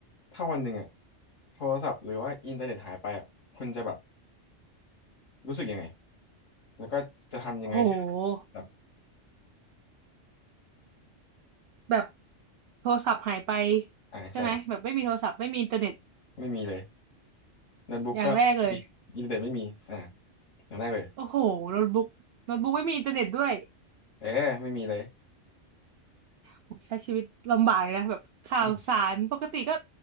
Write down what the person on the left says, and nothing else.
ถ้าวันหนึ่งอะโทรศัพท์หรือว่าอินเทอร์เน็ตหายไปอะคุณจะแบบรู้สึกยังไงแล้วก็จะทำยังไงที่โทรศัพท์
อ่าใช่
ไม่มีเลยโน้ตบุ๊กก็มีอินเทอร์เน็ตไม่มีอ่า
อย่างแรกเลย
เออไม่มีเลย
อืม